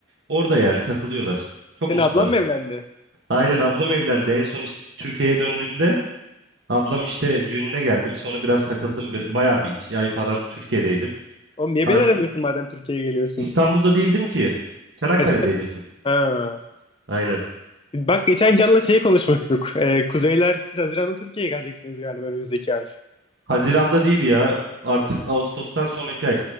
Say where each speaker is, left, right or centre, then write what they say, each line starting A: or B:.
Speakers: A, on the right; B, on the left.
A: Orada yani takılıyorlar. Çok
B: Senin
A: mutlular.
B: ablan mı evlendi?
A: Aynen ablam evlendi. En son is- Türkiye'ye döndüğümde ablam işte düğününe geldim. Sonra biraz takıldım. Bir, bayağı bir iki ay falan Türkiye'deydim.
B: Oğlum niye
A: An
B: beni aramıyorsun madem Türkiye'ye geliyorsun?
A: İstanbul'da değildim ki. Çanakkale'deydim
B: Kaç-
A: full.
B: Ha.
A: Aynen.
B: Bak geçen Can'la şey konuşmuştuk. Ee, Kuzeyler siz Haziran'da Türkiye'ye geleceksiniz galiba önümüzdeki ay.
A: Haziran'da değil ya. Artık Ağustos'tan sonraki ay.